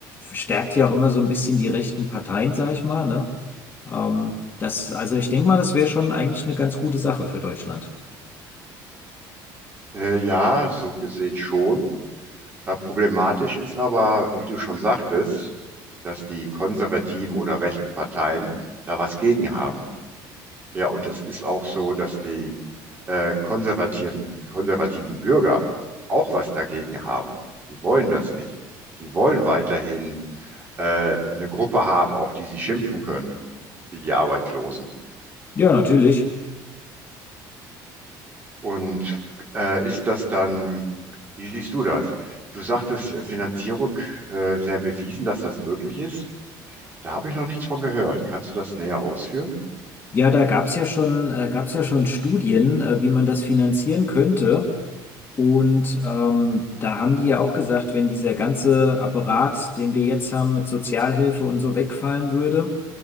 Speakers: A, on the left; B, on the right.
A: stärkt ja auch immer so ein bisschen die rechten Parteien, sag ich mal, ne? Ähm, das, also ich denke mal, das wäre schon eigentlich eine ganz gute Sache für Deutschland.
B: Äh, ja, so gesehen schon. Äh, problematisch ist aber, wie du schon sagtest, dass die konservativen oder rechten Parteien da was gegen haben. Ja, und es ist auch so, dass die äh, konservativen, konservativen Bürger auch was dagegen haben. Die wollen das nicht. Die wollen weiterhin äh, eine Gruppe haben, auf die sie schimpfen können, wie die Arbeitslosen.
A: Ja, natürlich.
B: Und äh, ist das dann, wie siehst du das? Du sagtest äh, Finanzierung äh, sehr bewiesen, dass das möglich ist. Da habe ich noch nichts von gehört. Kannst du das näher ausführen?
A: Ja, da gab's ja schon, äh, gab's ja schon Studien, äh, wie man das finanzieren könnte. Und ähm, da haben die ja auch gesagt, wenn dieser ganze Apparat, den wir jetzt haben mit Sozialhilfe und so wegfallen würde,